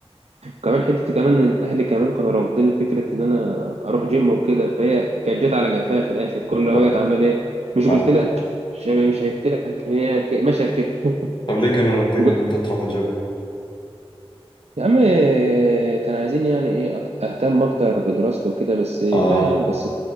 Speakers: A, on the right (about 85°); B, on the left (about 50°).
A: كمان حتة كمان إن أهلي كمان كانوا رافضين فكرة إن أنا أروح جيم وكده فهي كانت جت على جفاها في الآخر كل
B: <laughs>
A: ما
B: طب
A: بقت عمال إيه مش
B: آه،
A: قلت لك مش يعني مش قلت لك هي ك- مشيت كده <laughs>
B: طب ليه كانوا رافضين
A: قلت
B: إن أنت تروح الجيم؟
A: يا عم كان عايزين يعني إيه أك- أهتم أكتر بدراسته وكده بس لا
B: اه
A: يا عم بس